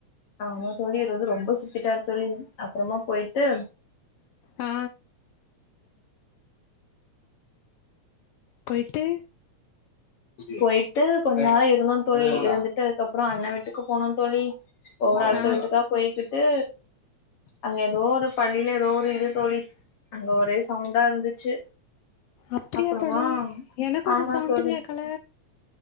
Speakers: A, on the left; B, on the left.
A: ஆமா தோழி இது வந்து ரொம்ப சுத்திட்டாரு தோழி அப்றமா போய்ட்டு
B: ஆ போய்ட்டு
A: போயிட்டு கொஞ்ச நேரோ இருந்தோ தோழி இருந்துட்டு அதுக்கப்றோ அண்ண வீட்டுக்கு போனோ தோழி ஒவ்வொரு ஆளுக்க
B: ஆ
A: வீட்டுகா போய்கிட்டு அங்க ஏதோ ஒரு பள்ளில ஏதோ ஒரு இது தோழி அங்க ஒரே சவுண்டா இருந்துச்சு
B: அப்படியா
A: அப்றமா
B: தோழி எனக்கு ஒரு
A: ஆமா
B: சவுண்டு
A: தோழி
B: கேக்கல